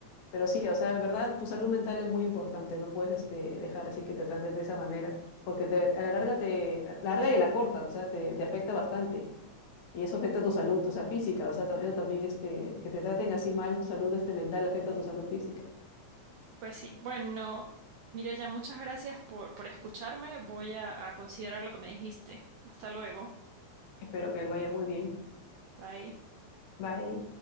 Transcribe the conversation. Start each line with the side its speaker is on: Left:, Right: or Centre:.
Left: pero sí, o sea, de verdad, tu salud mental es muy importante, no puedes este, dejar así que te trates de esa manera, porque te, a la larga te, a la larga y a la corta, o sea, te, te afecta bastante. y eso afecta tu salud, o sea, física, o sea, tam- eso también, este, que te traten así mal, tu salud este mental afecta a tu salud física.
Right: Pues sí. Bueno, mira ya muchas gracias por, por escucharme. Voy a a considerar lo que me dijiste. Hasta luego.
Left: Espero que les vaya muy bien.
Right: Bye.
Left: Bye.